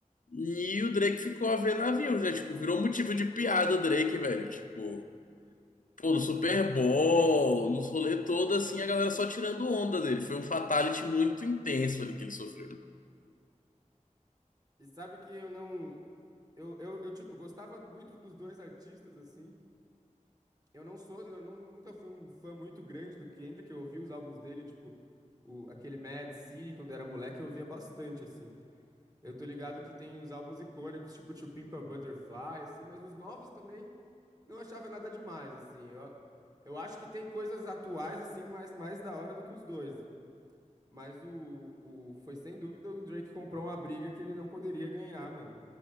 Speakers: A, on the left; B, on the right.
A: e o Drake ficou a ver navios, né? Tipo, virou motivo de piada o Drake, velho, tipo... Pô, no Super Bowl, nos rolê todo, assim, a galera só tirando onda dele. Foi um fatality muito intenso ali que ele sofreu.
B: E sabe que eu não. Eu, eu, eu, tipo, gostava muito dos dois artistas, assim. Eu não sou. Eu não, nunca fui um fã muito grande do Kendrick. Eu ouvi os álbuns dele, tipo, o, aquele Mad City, quando eu era moleque, eu ouvia bastante, assim. Eu tô ligado que tem os álbuns icônicos, tipo To Pimp a Butterfly, assim, mas os novos também não achava nada demais, assim. Eu, eu acho que tem coisas atuais, assim, mais, mais da hora do que os dois. Mas o, o. Foi sem dúvida o Drake comprou uma briga que ele não poderia ganhar, mano.